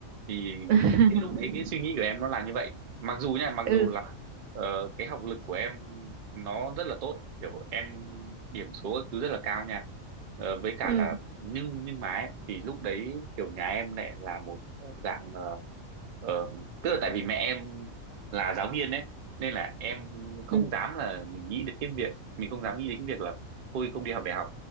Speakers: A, on the right (about 65°); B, on the right (about 80°).
A: thì
B: ừ
A: cái lúc đấy
B: <laughs>
A: cái suy nghĩ của em nó là như vậy mặc dù nha mặc
B: ừ
A: dù là Ờ, cái học lực của em nó rất là tốt kiểu em điểm số các thứ rất là cao nha Ờ, với cả
B: ừ
A: là nhưng nhưng mà ấy, thì lúc đấy kiểu nhà em lại là một dạng ờ, ờ, tức là tại vì mẹ em là giáo viên ấy nên là em không
B: ừ
A: dám là mình nghĩ đến cái việc mình không dám nghĩ đến cái việc là thôi không đi học đại học